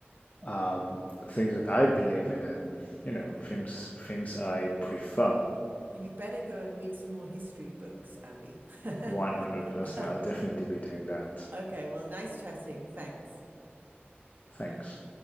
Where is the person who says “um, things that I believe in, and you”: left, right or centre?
Left